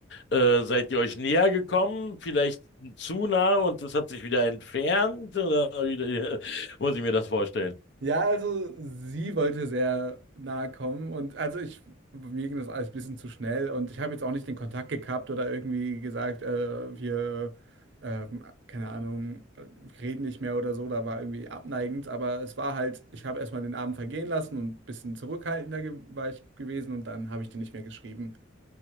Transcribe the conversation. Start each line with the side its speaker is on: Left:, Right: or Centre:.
Left: äh, seid ihr euch näher gekommen? Vielleicht zu nah und das hat sich wieder entfernt? Oder wie, <laughs> muss ich mir das vorstellen?
Right: Ja, also sie wollte sehr nahe kommen und also ich, mir ging das alles ein bisschen zu schnell und ich habe jetzt auch nicht den Kontakt gekappt oder irgendwie gesagt, äh, wir, ähm, keine Ahnung, äh, reden nicht mehr oder so, da war irgendwie abneigend, aber es war halt, ich habe erstmal den Abend vergehen lassen und ein bisschen zurückhaltender ge- war ich gewesen und dann habe ich die nicht mehr geschrieben.